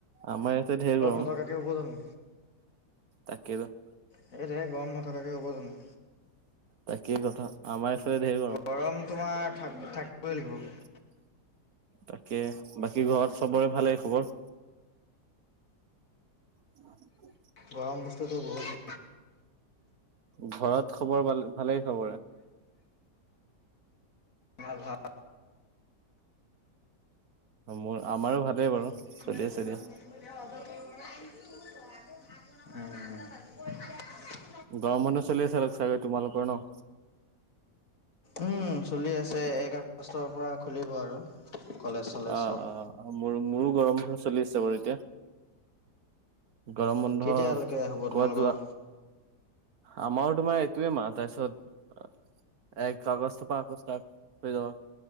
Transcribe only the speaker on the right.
আমাৰ ইয়াতে ঢেৰ গৰম
তাকেতো
তাকেই কথা আমাৰ এইফালে ধেৰ
<unintelligible> তাকে বাকী ঘৰত চবৰে ভালেই খবৰ অ
ঘৰত খবৰ ভাল ভালেই চবৰে
মোৰ আমাৰো ভালেই বাৰু
চলি আছে দিয়া
গৰম বন্ধ চলি আছে চাগে তোমালোকৰ ন
অ
অ মোৰো মোৰো গৰম বন্ধ চলি আছে বাৰু এতিয়া গৰম বন্ধ
কবাত যোৱা আমাৰ তোমাৰ এইটোয়ে মাহ তাৰপিছত এক কাগজ থোপা আকৌ ষ্টাৰ্ট হৈ যাব